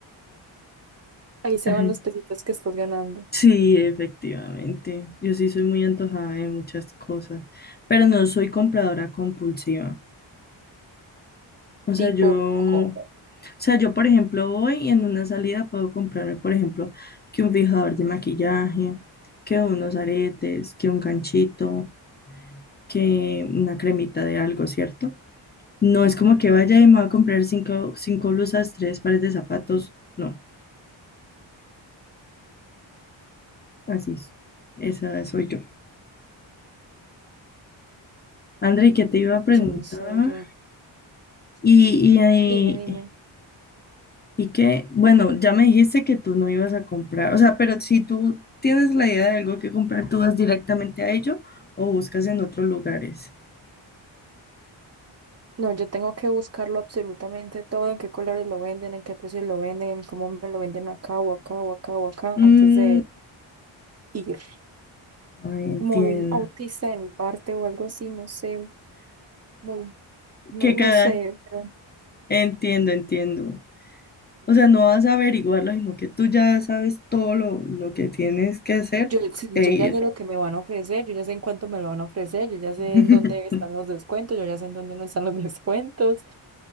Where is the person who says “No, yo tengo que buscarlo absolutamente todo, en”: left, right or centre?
Right